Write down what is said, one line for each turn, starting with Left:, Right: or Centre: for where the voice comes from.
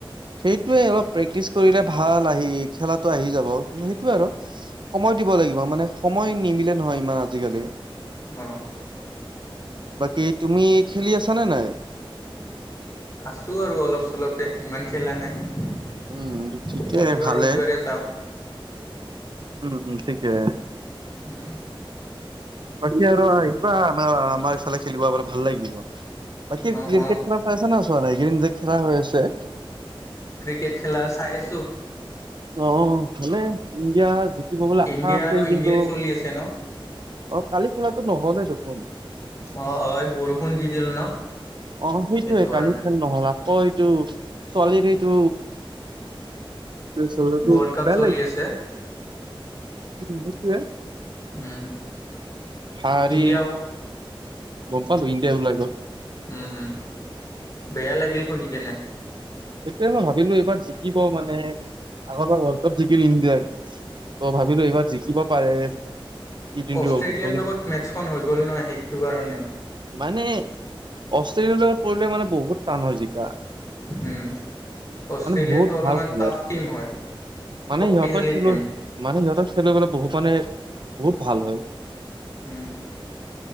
Right: সেইটোৱে অলপ প্ৰেক্টিচ কৰিলে ভাল আহি খেলাটো আহি যাব কিন্তু সেইটোৱে আৰু- সময় দিব লাগিব মানে সময় নিমিলে নহয় ইমান আজিকালি।
Left: অ',
Right: বাকী তুমি খেলি আছা নে নাই?
Left: আছোঁ আৰু অলপ চলপে ইমান খেলা নাই। শনিবাৰ,
Right: উম ঠিকে ভালে।
Left: ৰবিবাৰে যাওঁ।
Right: উম, উম ঠিকে।
Left: উম,
Right: বাকী আৰু আহিবা আমাৰ-আমাৰ ই এইফালে খেলিব <unintelligible> ভাল লাগিব বাকী
Left: অ'
Right: ক্ৰিকেট
Left: অ'
Right: খেলা চাইছা নে চোৱা নাই এইকেইদিন যে খেলা হৈ আছে?
Left: ক্ৰিকেট খেলা চাই আছোঁ।
Right: অ' ভালে ইণ্ডিয়া জিকিব বুলে আশা
Left: ইণ্ডিয়া
Right: আছিল
Left: আৰু
Right: কিন্তু
Left: ইংলেণ্ড চলি আছে ন?
Right: অ' কালি খেলাটো নহলে দেখোন।
Left: অ' অ' বৰষুণ দি দিল ন?
Right: অ'সেইটোয়ে
Left: সেইটো কাৰণে।
Right: কালি খেল নহ'লা। ক'এইটো ছোৱালীৰ এইটো <unintelligible> ত' এইটো
Left: ৱৰ্ল্ড কাপ
Right: বেলেগ
Left: চলি আছে।
Right: <inaudible> উম, সেইটোৱে।
Left: উম,
Right: ভাৰি
Left: ইণ্ডিয়াও
Right: গম পালোঁ ইণ্ডিয়াই ওলাই গ'ল।
Left: উম, উম বেয়া লাগিল শুনি কেনে।
Right: সেটোয়ে মই ভাবিলোঁ এইবাৰ জিকিব মানে আগৰবাৰ ৱৰ্ল্ড কাপ জিকিল ইণ্ডিয়াই ত' ভাবিলোঁ এইবাৰ জিকিব পাৰে। টি টুৱেণ্টি
Left: অষ্ট্ৰেলিয়াৰ
Right: ৱৰ্ল্ড কাপটো
Left: লগত
Right: কিন্তু
Left: মেটছখন হৈ গ'ল নহয় সেইটো কাৰণে।
Right: মানে অষ্ট্ৰেলিয়াৰ লগত পৰিলে মানে বহুত টান হয় জিকা।
Left: উম, অষ্ট্ৰেলিয়াতো
Right: মানে বহুত
Left: অলপমান
Right: ভাল খেলে
Left: টাফ টিম হয়।
Right: মানে
Left: শক্তিশালী
Right: ইহঁতৰ খেলুৱৈ
Left: টিম।
Right: মানে সিহঁতৰ খেলুৱৈ বিলাক গলে বহুত মানে বহুত ভাল হয়।
Left: উম,